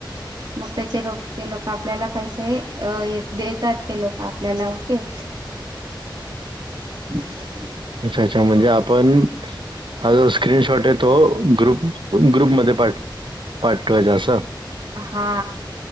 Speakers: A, on the right; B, on the right.
A: मग त्याचे रोप ते लोक आपल्याला पैसे ये देतात ते लोक आपल्याला ओके. <inaudible>
B: अच्छा अच्छा म्हणजे आपण हा जो स्क्रीनशॉट आहे तो ग्रुप ग्रुपमध्ये पाठ पाठवायचा असा?
A: हा